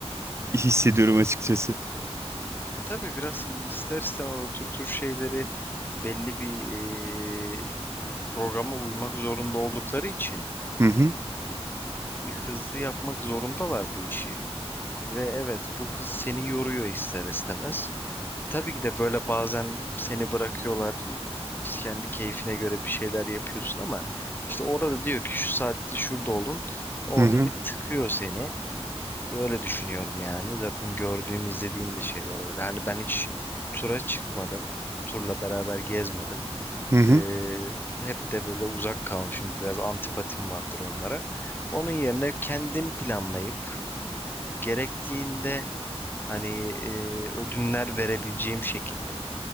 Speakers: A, on the right (about 25°); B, on the left (about 20°).
A: hissediyorum açıkçası.
B: e tabii biraz ister istemez o tür tür şeyleri belli bir e, programa uymak zorunda oldukları için
A: Hı hı
B: hızlı yapmak zorundalar bu işi. Ve evet bu hız seni yoruyor ister istemez. Tabii ki de böyle bazen seni bırakıyorlar. Kendi keyfine göre bir şeyler yapıyorsun ama işte orada diyor ki şu saatte şurada olun. Orada
A: hı hı.
B: bir tıkıyor seni. Öyle düşünüyorum yani. Zaten gördüğüm, izlediğim de şeyler öyle. Yani ben hiç tura çıkmadım. Turla beraber gezmedim.
A: hı hı.
B: Ee, hep de böyle uzak kalmışım. Biraz antipatim vardır onlara. Onun yerine kendim planlayıp gerektiğinde hani e, ödünler verebileceğim şekilde